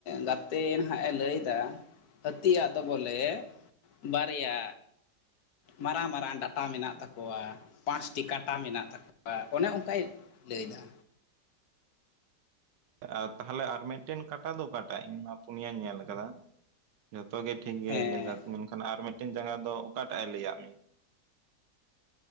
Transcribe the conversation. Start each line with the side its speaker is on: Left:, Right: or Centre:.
Left: ᱜᱟᱛᱮ ᱱᱟᱦᱟᱜ ᱮ ᱞᱟᱹᱭᱫᱟ ᱦᱟᱹᱛᱤ ᱟᱜ ᱫᱚ ᱵᱚᱞᱮ ᱵᱟᱨᱭᱟ ᱢᱟᱨᱟᱝ ᱢᱟᱨᱟᱝ ᱰᱟᱴᱟ ᱢᱮᱱᱟᱜ ᱛᱟᱠᱚᱣᱟ ᱯᱟᱸᱥᱴᱤ ᱠᱟᱴ ᱠᱟᱴᱟ ᱢᱮᱱᱟᱜ ᱛᱟᱠᱚᱣᱟ ᱚᱱᱮ ᱚᱝᱠᱟᱭ ᱞᱟᱹᱭᱫᱟ
Right: ᱟᱨ ᱛᱟᱦᱚᱞᱮ ᱟᱨ ᱢᱤᱫᱴᱮᱱ ᱠᱟᱴᱟ ᱫᱚ ᱚᱠᱟᱴᱟᱜ ᱤᱧ ᱢᱟ ᱯᱩᱱᱭᱟᱧ ᱧᱮᱞ ᱠᱟᱫᱟ ᱡᱷᱚᱛᱚ ᱜᱮ ᱴᱷᱤᱠ ᱴᱷᱤᱠ ᱜᱮᱭᱟᱭ
Left: ᱦᱮᱸ
Right: ᱞᱟᱹᱭ ᱫᱟ ᱢᱮᱱᱠᱷᱟᱱ ᱟᱨ ᱢᱤᱫᱴᱮᱱ ᱡᱟᱸᱜᱟ ᱫᱚ ᱚᱠᱟᱴᱟᱜ ᱮ ᱞᱟᱹᱭᱟᱜ ᱢᱮᱭᱟ